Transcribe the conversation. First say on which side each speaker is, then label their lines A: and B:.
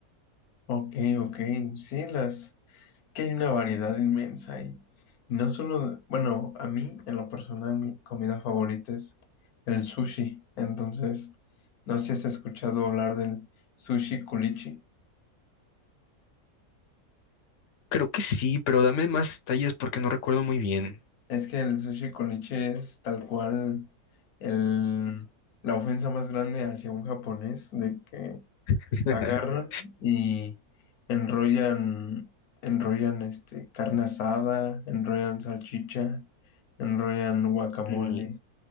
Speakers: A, on the left; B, on the left.
A: ok, ok. Sí, las, que hay una variedad inmensa y no solo, bueno, a mí en lo personal mi comida favorita es el sushi, entonces no sé si has escuchado hablar del sushi culichi,
B: Creo que sí, pero dame más detalles porque no recuerdo muy bien.
A: es que el sushi culichi es tal cual el, la ofensa más grande hacia un japonés de que
B: <laughs>
A: agarran y enrollan, enrollan este, carne asada, enrollan salchicha, enrollan guacamole
B: Mm,